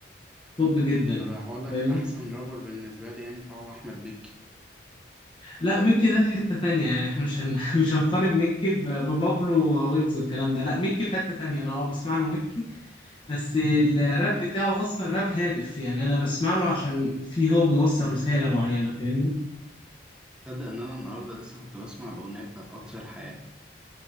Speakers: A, on the left; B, in the centre.
A: توب جدا
B: أنا لو هقول لك
A: فاهمني
B: أحسن رابر بالنسبة لي يعني فهو أحمد مكي
A: لا ميكي ده في حته تانية يعني احنا مش هن... <laughs> مش هنقارن ميكي ب- ببابلو ويجز والكلام ده لا ميكي في حته تانية انا اه بسمع له ميكي بس الراب بتاعه اصلا راب هادف يعني انا بسمع له عشان فيه هو بيوصل رساله معينه فاهمني
B: تصدق إن أنا النهاردة لسه كنت بسمع الأغنية بتاعت قطر الحياة